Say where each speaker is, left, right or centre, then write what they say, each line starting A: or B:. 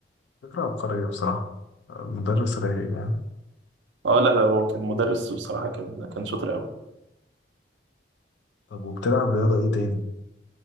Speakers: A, on the left; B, on the right.
A: فكرة عبقرية بصراحة آه، مدرس رايق يعني
B: اه لا لا هو كان مدرس بصراحه كان كان شاطر قوي
A: طب وبتلعب رياضة ايه تاني؟